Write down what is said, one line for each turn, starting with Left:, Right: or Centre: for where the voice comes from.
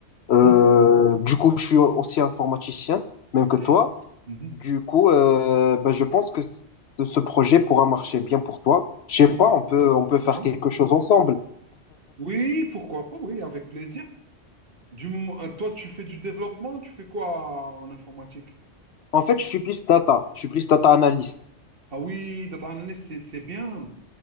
Right: Mhm,
Left: Euh, du coup, je suis aussi informaticien, même
Right: Ok.
Left: que toi.
Right: Mhm,
Left: Du coup, euh, ben, je pense que c- ce projet pourra marcher bien pour toi. Je sais
Right: Oui.
Left: pas, on peut, on peut faire
Right: Bien.
Left: quelque chose ensemble.
Right: Oui, pourquoi pas, oui, avec plaisir. Du moment, euh, toi, tu fais du développement, tu fais quoi en informatique?
Left: En fait, je suis plus data, je suis plus data analyst.
Right: Ah oui, data analyst, c'est c'est bien.